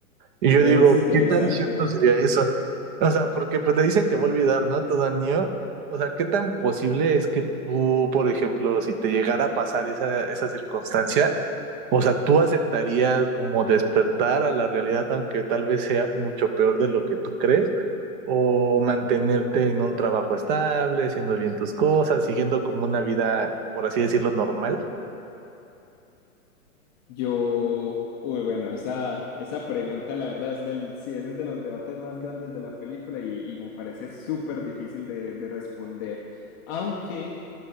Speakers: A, on the right (about 35°); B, on the left (about 20°).
A: Y yo
B: Es
A: digo,
B: interesante.
A: ¿qué tan cierto sería eso? O sea, porque pues le dicen que va a olvidar, ¿no? Todo niño. O sea, ¿qué tan posible es que tú, por ejemplo, si te llegara a pasar esa, esa circunstancia, o sea, tú aceptarías como despertar a la realidad, aunque tal vez sea mucho peor de lo que tú crees, o mantenerte en un trabajo estable, haciendo bien tus cosas, siguiendo como una vida, por así decirlo, normal?
B: Yo, uy, bueno, esa, esa pregunta, la verdad, es del, sí, ese es de los debates más grandes de la película y, y me parece súper difícil de, de responder. Aunque...